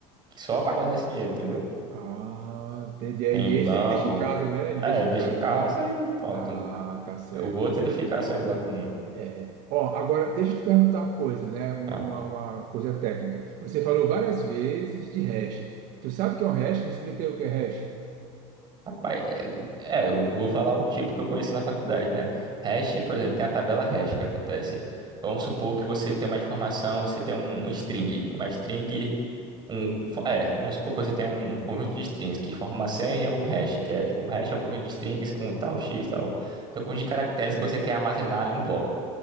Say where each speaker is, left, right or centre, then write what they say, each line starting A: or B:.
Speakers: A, on the right (about 30°); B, on the right (about 60°).
A: que só pra guardar esse dinheiro, entendeu?
B: Ah, entendi. E
A: Tem banco,
B: esse ele deixa em casa, né? Ele
A: é,
B: deixa
A: deixa
B: em casa,
A: em casa
B: né?
A: e pronto.
B: Ah, tá certo,
A: O outro
B: tá certo.
A: ele fica saindo lá com.
B: É. Ó, agora deixa eu te perguntar uma coisa, né? Uma,
A: Ah,
B: uma- uma coisa técnica. Você falou várias vezes de hash. Tu sabe o que é um hash? Me explica aí o que é hash.
A: rapaz, é, é, eu vou falar um tipo que eu conheci na faculdade, né? Hash, por exemplo, tem a tabela hash, o que acontece? Vamos supor que você tem uma informação, você tem um, um string, uma string. Um, um fo- é, vamos supor que você tem um conjunto de strings que forma uma senha ou um hash, que é tipo um hash é um conjunto de strings com tal x tal. Então, um conjunto de caracteres
B: Hum,
A: que você quer armazenar em um bloco,